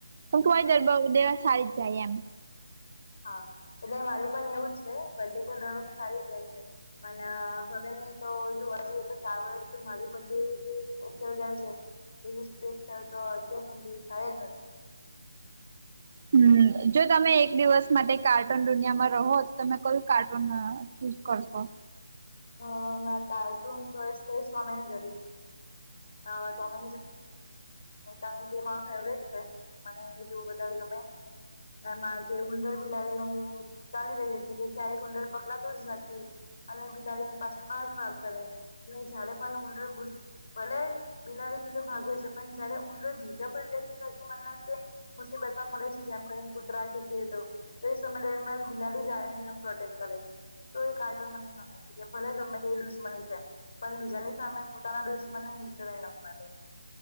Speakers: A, on the right; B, on the left.
A: <unintelligible>
B: હા હા
A: દેવા સારી જ જાય એમ.
B: હા, એટલે મારી પણ એવું જ છે. બરડે તો દર વખતે સારી જ જાય છે. અને, હવે નહી તો જોવા જઈએ તો ચાર વર્ષથી મારી બરડે જે <unintelligible> છે. એવી સ્પેશયલ તો અત્યાર સુધી સાય જ નથી થઈ.
A: હમ્મ. જો તમે એક દિવસ માટે કાર્ટૂન દુનિયામાં રહો, તો તમે કયું કાર્ટૂન ચૂઝ કરશો.
B: હ મે કાર્ટુન ચોસ કરીસ ટોમેન જરી અ ટોમેન જરી, <unintelligible> ણ કે ફેવરેટ છે, મને જો વધારે ગમે, એમાં જે ઉંદર બિલાડીનું, ચાલી રહ્યું છે કે ક્યારે ઉંદર પકડાતું જ નથી. અને બિગાડીની પાછે ભાગ ભાગ કરે અને જ્યારે પણ ઉંદર ઘૂસ ભલે, બિલાડી થી તો ભાગે છે પણ જ્યારે ઉંદર બીજા કોઈ, <unintelligible> પાસે <unintelligible> મુસીબતમાં પડે છે જેમ કરીને કુતરા થી <unintelligible> તો, તે સમય <unintelligible> પ્રોટેેક્ટ કરે છે તોય <unintelligible> ભલે ગમે તે દુશ્મન આવી જાય, પણ બીજાની સામે પોતાના દુશ્ મન ને નીચે નહી નમવા દે.